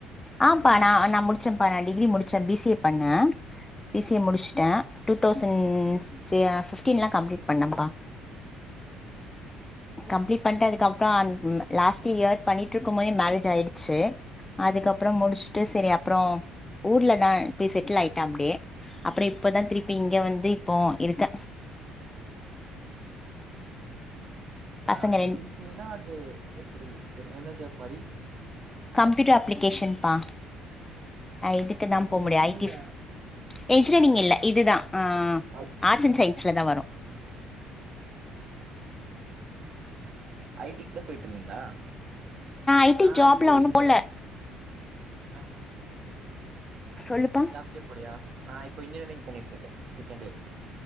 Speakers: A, on the left; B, on the right.
A: ஆப்பா நா நா முடிச்சப்பா நா டிகிரி முடிச்ச பி சி ஏ பண்ண பி சி
B: ஆ
A: ஏ முடிச்சு ட்ட டூ தௌசண்ட் ம் பிட்டின்ல கம்பிலிட் பண்ணப்பா
B: ம் ம்
A: கம்ப்ளீட் பண்ணிட்டு அதுக்கப்றோ லாஸ்ட் இயர் பண்ணிட்டு இருக்கும் போதே மேரேஜ் ஆயிடுச்சு
B: ஆ
A: அப்புறம் முடிச்சுட்டு செரி அப்றோ ஊர்ல தா போய் செட்டில் ஆயிட்ட அப்டே அப்புற இப்பதா
B: சேரி
A: இப்ப இங்க வந்து இப்போ இருக்க
B: ஓகே சரி.
A: பசங்க
B: ஆ
A: ரெண்
B: பி சி ஏ னா அது எப்டி என் என்ன ஜாப் மாரி
A: கம்ப்யூட்டர் அப்ளிகேஷன்பா
B: ஓ
A: இதுக்கு
B: சரிக்கா
A: தா
B: இன்ஜினியரிங்கா
A: போ முடியு ஐ
B: இல்ல
A: டிப் இன்ஜினியரிங் இல்ல இதுதா ஆ
B: ஆர்ட்ஸா
A: ஆர்ட்ஸ் அண்ட் சயின்ஸ்ல தா வரு
B: ஐ டிக்கு தா போய்ட்டு இருந்தீங்ளா
A: ஐ
B: நா
A: டி ஜாப்ல
B: இப்போ
A: ஒன்னு
B: இன்ஜினியரிங்
A: போல
B: அ
A: சொல்லுப்பா
B: ஜாப் கே போலியா நா இப்ப இன்ஜினியரிங் பண்ணிட்டு இருக்கே செகண்ட் இயர்